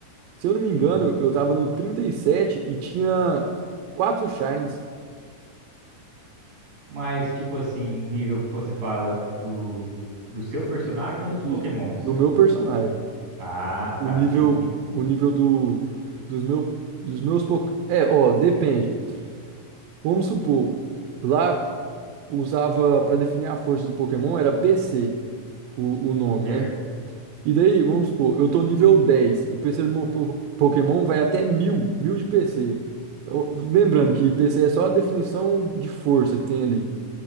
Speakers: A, on the right (about 90°); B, on the right (about 50°).
A: Se eu não me engano,
B: sim.
A: eu tava no trinta e sete e tinha quatro Shines.
B: Mas, tipo assim, nível que você fala do, do seu personagem ou dos Pokémons?
A: Isso. Do meu personagem.
B: Ah,
A: O
B: tá,
A: nível.
B: entendi.
A: O nível do. Dos, meu, dos meus. Pok- É, ó, depende. Vamos supor, lá usava pra definir a força do Pokémon era PC, o, o nome,
B: Certo,
A: né? E daí, vamos supor, eu tô nível dez O PC do meu po- Pokémon vai até mil mil de PC. Eu- lembrando que PC é só a definição de força que tem ali.